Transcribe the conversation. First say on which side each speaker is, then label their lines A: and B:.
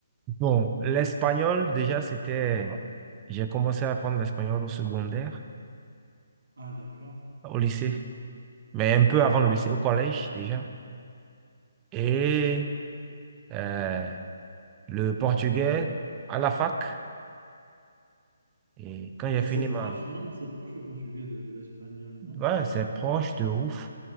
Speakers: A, on the right; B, on the right.
A: bon, l'espagnol, déjà, c'était. J'ai commencé à apprendre l'espagnol au secondaire,
B: Ah, d'accord.
A: au lycée, mais un peu avant le lycée, au collège déjà. Et
B: Ah, ça marche.
A: euh, le portugais à la fac. Et quand j'ai
B: Euh,
A: fini
B: c'est
A: ma.
B: proche, non? C'est proche le portugais de, de l'espagnol, non?
A: Ouais, c'est proche de ouf.